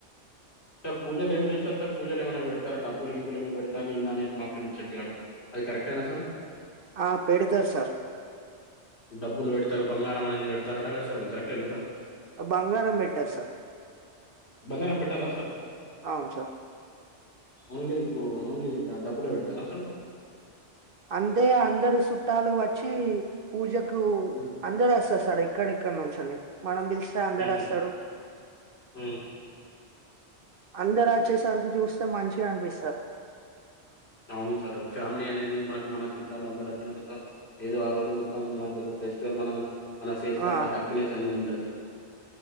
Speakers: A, on the left (about 60°); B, on the right (about 55°).
A: సార్ పూజలు ఏం చేస్తారు. సార్ పూజలు ఏమైనా పెడతార డబ్బులు గిబ్బులు ఏమన్నా పెడతార అని ఇన్న నేను మా ఫ్రెండ్స్ చెప్పారు. అది కరెక్టేనా సార్
B: ఆ పెడుతారు సార్
A: డబ్బులు పెడతారు బంగారం అనేది పెడతారట కద సార్ అది కరక్టేనా సార్
B: బంగారం పెట్టారు సార్
A: బంగారం పెట్టరా సార్
B: అవును సార్
A: ఓన్లీ ఓన్లీ డబ్బులే పెడతారా సార్
B: అందే అందరు చుట్టాలు వచ్చి పూజకు
A: ఉమ్,
B: అందరు వస్తర్ సార్ ఏక్కడెక్కడ నుంచెల్లీ మనం పిలిస్తే అందరు
A: ఉమ్,
B: వస్తారు.
A: ఉమ్.
B: అందరు ఆచ్చేసరికి చూస్తే మంచిగా అనిపిస్తాది.
A: అవును సార్ ఫ్యామిలీ అనేది మనకు మన చుట్టాలు అందరు వచ్చిన తర్వాత ఏదో ఆ రోజు మొత్తం మనకు ఒక ఫెస్టివల్ మనం మన ఫేస్
B: ఆ
A: లో కూడా హ్యాపీనెస్ అనేది ఉంటది.